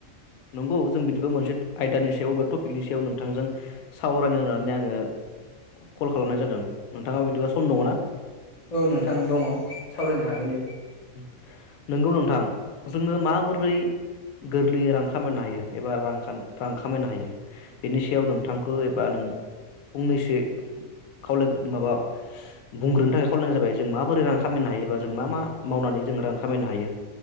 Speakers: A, on the left; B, on the left.
A: नंगौ जों बिदिबा मोनसे आयदानि सायाव बा टपिकनि सायाव नोंथांजों सावरायनो होननानै आङो कल खालामनाय जादों। नोंथाङा बिदिबा सम दङ ना
B: औ नोंथां दङ सावरायनो हागोन दे।
A: नंगौ नोंथां जोङो माबोरै गोरलैयै रां खामायनो हायो एबा रां रां खामायनो हायो बेनि सायाव नोंथांखौ एबा नों फंनैसो खावलाय माबा बुंग्रोनो थाखाय खावलायानो जाबाय जों मा माबोरै रां खामायनो हायोबा जों मा मा मावनानै जों रां खामायनो हायो